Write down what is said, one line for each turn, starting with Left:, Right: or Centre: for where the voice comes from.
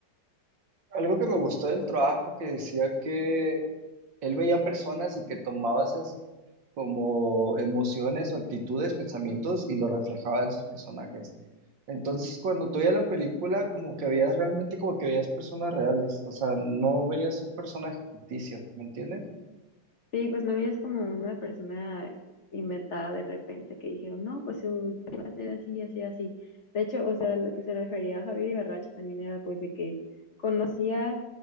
Right: algo que me gustó del trabajo, que decía que él veía personas y que tomaba esas como emociones o actitudes, pensamientos y lo reflejaba en sus personajes. Entonces, cuando tú veías la película, como que veías realmente como que veías personas reales, o sea, no veías un personaje ficticio, ¿me entiendes?
Left: Sí, pues no es como una persona inventada de repente que dijeron, no, pues su historia va a ser así, así, así. De hecho, o sea, lo que se refería a Javier Ibarracha también era pues de que conocía